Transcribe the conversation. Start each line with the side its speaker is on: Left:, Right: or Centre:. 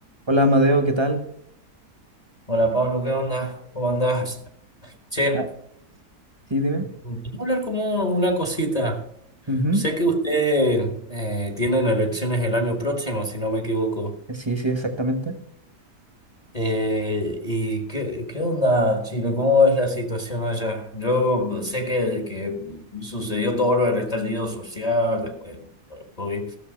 Right: Hola Amadeo, ¿qué tal?
Left: Hola Pablo, ¿qué onda? ¿Cómo andás? Che,
Right: Ah, sí, dime.
Left: quería hablar como una cosita.
Right: Ujú,
Left: Sé que usted eh, tienen elecciones el año próximo, si no me equivoco.
Right: Sí, sí, exactamente.
Left: Eh, ¿y qué, qué onda, Chile? ¿Cómo es la situación allá? Yo sé que, que sucedió todo lo del estallido social, después del COVID.